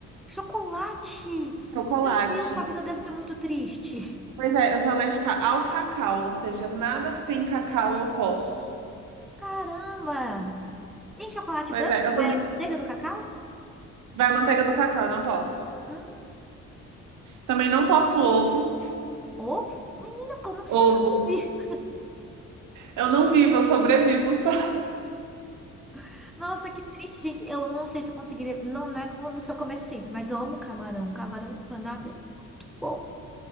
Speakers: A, in the centre; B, on the right (about 80°).
A: Chocolate!
B: Chocolate.
A: Meu Deus, sua vida deve ser muito triste.
B: Pois é, eu sou alérgica ao cacau, ou seja, nada que tem cacau eu posso.
A: Caramba! Nem chocolate
B: Pois
A: branco
B: é,
A: que
B: eu
A: vai
B: também.
A: a manteiga do cacau?
B: Vai manteiga do cacau, eu não posso.
A: Hum,
B: Também não posso ovo.
A: ovo? Menina, como que você
B: Ovo.
A: vive?
B: Eu não vivo, eu sobrevivo só.
A: <laughs> Nossa, que triste, gente. Eu não sei se eu conseguiria. Não, não é como se eu comesse sempre, mas eu amo camarão. Camarão empanado é muito bom.